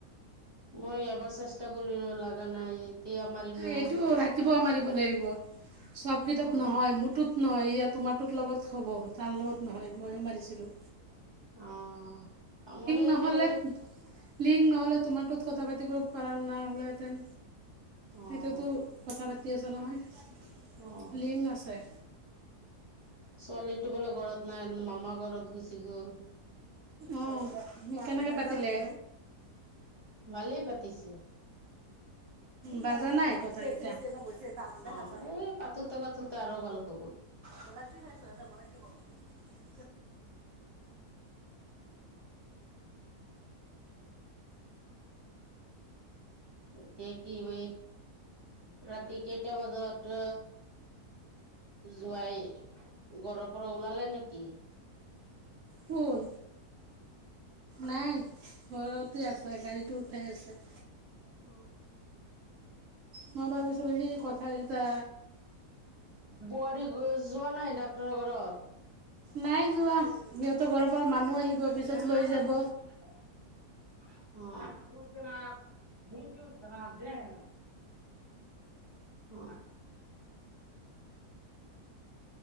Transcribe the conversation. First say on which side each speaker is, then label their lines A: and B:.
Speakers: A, on the right (about 20°); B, on the right (about 65°).
A: মই এবাৰ চেষ্টা কৰিলো লাগা নাই। এতিয়া মাৰিলো
B: এইটো
A: চেষ্টা
B: ৰাতিপুৱা মাৰিব লাগিব চব কেইটাত
A: অ',
B: নহয় মোৰটোত নহয়। এতিয়া তোমাৰ তৰ লগত হ'ব তাৰ লগত নহয় ময়ো মাৰিছিলো।
A: অ আমাৰ এইটো।
B: নহ'লে লিংক নহ'লে তোমাৰোত কথা পাতিব পৰা নাই হ'লেহেতেন।
A: অ',
B: সেইটোতো কথা পাতি আছে নহয়
A: অ',
B: লিং আছে।
A: ছোৱালীটো বোলে ঘৰত নাই মামা ঘৰত গুচি গ'ল।
B: অ কেনেকে পাতিলে।
A: মালিয়ে পাতিছে।
B: বাজা নাই কথাকেইটা। চ আন য <unintelligible>
A: অ', এই পাতোতে পাতোতে আৰু ভাল হ'ব
B: তলচি নেছ মুদকি প <unintelligible>
A: এতিয়া কি বই ৰাতি কেইটা বজাত জোৱাই ঘৰৰ পৰা ওলালে নেকি?
B: কোন, নাই ঘৰতে আছে গাড়ীটো উঠাই আছে।
A: অ।
B: মই ভাবিছো সি কথা এটা
A: বোৱাৰী গ যোৱা নাই ডাক্তৰৰ ঘৰত? ভ
B: নাই যোৱা সিহঁতৰ ঘৰৰ পৰা মানুহ
A: মল
B: আহিব পিছত লৈ যাব
A: <unintelligible> উম। অ।